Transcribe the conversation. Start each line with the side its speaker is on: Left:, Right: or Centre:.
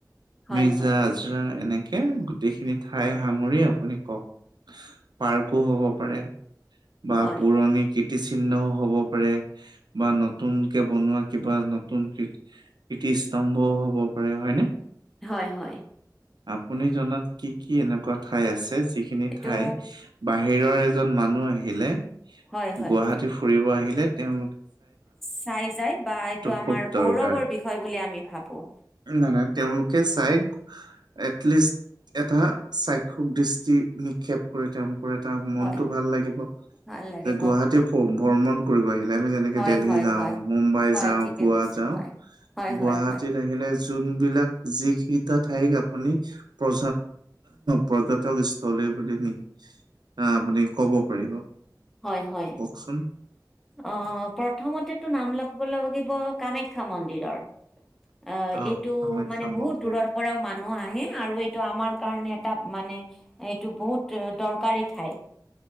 Centre: হয়
Right: মিৰ্জা,
Centre: হয়
Right: আজৰা এনেকে। গোটেইখিনি ঠাই সাঙুৰি আপুনি কওঁক পাৰ্কো হ'ব পাৰে। বা
Centre: হয়
Right: পুৰণি কীৰ্তিচিহ্নও হ'ব পাৰে বা নতুনকে বনোৱা কিবা নতুন কীৰটি স্তম্ভও হ'ব পাৰে হয় নে?
Centre: হয়, হয়।
Right: আপুনি জনাত কি কি এনেকুৱা ঠাই আছে যিখিনি
Centre: এইটো
Right: ঠাই বাহিৰৰ এজন মানু আহিলে
Centre: হয় হয়
Right: গুৱাহাটী ফুৰিব আহিলে তেওঁ
Centre: চাই যায় বা এইটো আমাৰ
Right: খুব দৰকাৰ।
Centre: গৌৰৱৰ বিষয় বুলি আমি ভাবো।
Right: নাই নাই তেওঁলোকে চাই এটলিষ্ট এটা চাক্ষক দৃষ্টি নিক্ষেপ কৰি তেওঁলোক কৰে তাৰ মনটো
Centre: হয়
Right: ভাল লাগিব,
Centre: ভাল লাগিব
Right: যে গুৱাহাটী ভ্ৰমণ কৰিব আহিলে। আমি যেনেকৈ
Centre: হয়
Right: দেলহী
Centre: হয়
Right: যাওঁ,
Centre: হয়
Right: মুম্বাই
Centre: হয়
Right: যাওঁ,
Centre: ঠিকে
Right: গোৱা
Centre: কৈছে
Right: যাওঁ,
Centre: হয় হয়
Right: গুৱাহাটীত
Centre: হয় হয়
Right: আহিলে যোনবিলাক যি কেইটা ঠাইক আপুনি প্ৰ পৰ্যটক স্থলী বুলি নি আপুনি কব পাৰিব
Centre: হয় হয়
Right: কওকচোন
Centre: অ', প্ৰথমতেতো নাম লিব লাগিব কামাখ্যা মন্দিৰৰ। অ',
Right: আহ
Centre: এইটো
Right: কামাখ্যা
Centre: মানে বহুত
Right: মন্দিৰ
Centre: দূৰৰ পৰাও মানুহ আহে আৰু এই এইটো আমাৰ কাৰণে এটা মানে এইটো বহুত দৰকাৰী ঠাই।